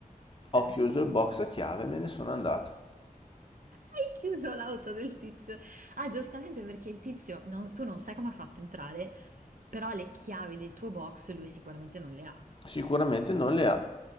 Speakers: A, on the left (about 35°); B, on the right (about 65°).
A: Ho
B: Eh,
A: chiuso il box a chiave e me ne sono andato.
B: hai chiuso l'auto del tizio. Ah, giustamente perché il tizio... non- tu non sai come ha fatto a entrare, però le chiavi del tuo box lui sicuramente non le ha.
A: Sicuramente non le ha.